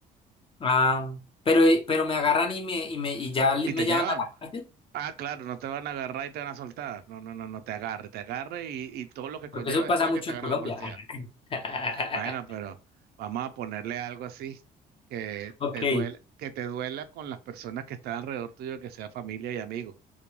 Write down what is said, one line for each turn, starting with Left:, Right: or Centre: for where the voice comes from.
Left: Ah, pero, eh, pero me agarran y me, y me, y ya le-
Right: Y
Left: me
Right: te
Left: llevan
Right: llevan.
Left: a la cárcel,
Right: Ah, claro, no te van a agarrar y te van a soltar. No, no, no, no te agarre, te agarre y, y todo lo que conlleva
Left: porque eso
Right: después
Left: pasa mucho
Right: de que te
Left: en
Right: agarre
Left: Colombia.
Right: la policía.
Left: <laughs>
Right: Bueno, pero vamos a ponerle algo así que
Left: Ok.
Right: te duela, que te duela con las personas que están alrededor tuyo, que sea familia y amigos.